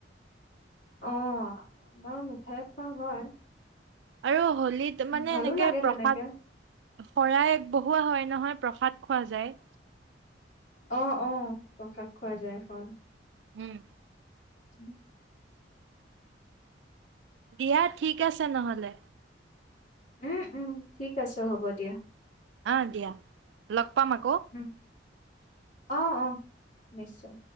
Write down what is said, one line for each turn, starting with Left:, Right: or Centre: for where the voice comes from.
Left: অ', আমাৰো মিঠাই খোৱা হয়।
Right: আৰু হোলীত মানে
Left: ভালো
Right: এনেকে
Left: লাগে
Right: প্ৰসাদ।
Left: তেনেকে
Right: শৰাই আগ বহোৱা হয় নহয়, প্ৰসাদ খোৱা যায়।
Left: অ', অ', প্ৰসাদ খোৱা যায়, হয়।
Right: উম।
Left: উম।
Right: দিয়া, ঠিক আছে নহলে।
Left: উম, উম, ঠিক আছে হ'ব, দিয়া।
Right: অ', দিয়া, লগ পাম আকৌ।
Left: উম, অ', অ', নিশ্চয়।